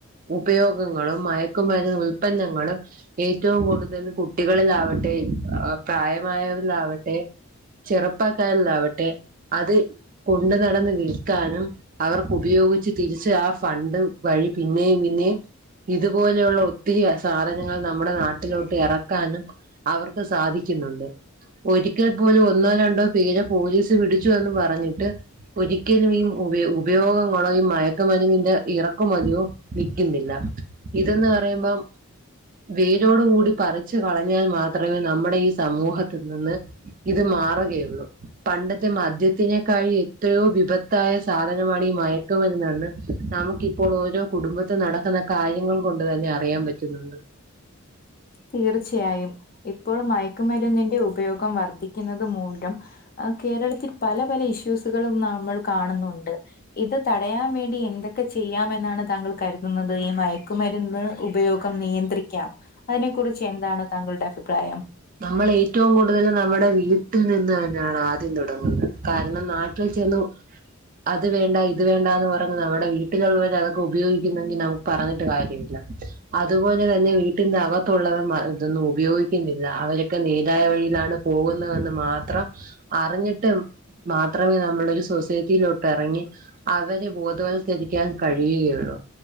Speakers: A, on the right (about 40°); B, on the left (about 40°).
A: ഉപയോഗങ്ങളും മയക്കുമരുന്ന് ഉൽപന്നങ്ങളും ഏറ്റവും കൂടുതൽ കുട്ടികളിലാവട്ടെ അ പ്രായമായവരിലാവട്ടെ ചെറുപ്പാക്കാരിൽ അവട്ടെ അത് കൊണ്ടു നടന്ന് വിൽക്കാനും അവർക്ക് ഉപയോഗിച്ച് തിരിച്ച് ആ ഫണ്ട് വഴി പിന്നെയും പിന്നെയും ഇതുപോലെയുള്ള ഉൽ ഒത്തിരി ആ സാധനങ്ങൾ നമ്മുടെ നാട്ടിലോട്ട് എറക്കാനും അവർക്ക് സാധിക്കുന്നുണ്ട്. ഒരിക്കൽ പോലും ഒന്നോ രണ്ടോ പേരെ പോലീസ് പിടിച്ചു എന്ന് പറഞ്ഞിട്ട് ഒരിക്കലും ഈ ഉപയ ഉപയോഗങ്ങളണോ ഈ മയക്കുമരുന്നിന്റെ ഇറക്കുമതിയോ നിക്കുന്നില്ല ഇതന്ന് പറയുമ്പം
B: <inaudible>
A: വേരോട് കൂടി പറിച്ചു കളഞ്ഞാൽ മാത്രവേ നമ്മുടെ ഈ സമൂഹത്തിൽ നിന്ന് ഇത് മാറുകയുള്ളു. പണ്ടത്തെ മദ്യത്തിനേക്കാഴി എത്രയോ വിപത്ത് ത്തായ സാധനമാണ് ഈ മയക്ക് മരുന്ന് എന്ന് നമുക്കിപ്പോള് ഓരോ കുടുംബത്തിൽ നടക്കുന്ന കാര്യങ്ങൾ കൊണ്ട് തന്നെ അറിയാൻ പറ്റുന്നുണ്ട്.
B: തീർച്ചയായും. ഇപ്പോഴും മയക്കുമരുന്നിന്റെ ഉപയോഗം വർദ്ധിക്കുന്നത് മൂലം ആഹ് കേരളത്തിൽ പല പല ഇഷ്യൂസ് തുകളും നമ്മൾ കാണുന്നുണ്ട്. ഇത് തടയാൻ വേണ്ടി എന്തൊ ക്കെ ചെയ്യാമെന്നാണ് താങ്കൾ കരുതുന്നത്. ഈ മയക്കുമരുന്ന് ഉപയോഗം നിയന്ത്രിക്കാം. അയി നെക്കുറിച്ച് എന്താണ് താങ്കളുടെ അഭിപ്രായം.
A: നമ്മൾ ഏറ്റവും കൂടുതൽ നമ്മുടെ വീട്ടിൽ നിന്ന് തന്നയാണ് ആദ്യം തുടങ്ങുന്നത്. കാരണം ന ട്ടിൽ ചെന്ന് അത് വേണ്ട ഇത് വേണ്ടാന്ന് പറങ്ങുന്നവൾ വീട്ടിലുള്ളവരതൊക്കെ ഉപയോഗിക്കുന്നെങ്ങിനാവും. ന പറഞ്ഞിട്ട് കാര്യമില്ല. അതുപോലെ തന്നെ വീട്ടിന്റെ അകത്തുള്ളവൻ ഇതൊന്നും ഉപയോഗിക്കുന്നില്ല ല്ലാ വരൊക്കെ നേരായ വഴിയിലാണ് പോകുന്നത് എന്ന് മാത്രം അറിഞ്ഞിട്ട് മാത്രമേ നമ്മളൊരു സൊസൈറ്റിയിലോട്ടെറങ്ങി അവരെ ബോധവൽക്കരിക്കാൻ കഴിയുകയുള്ളു.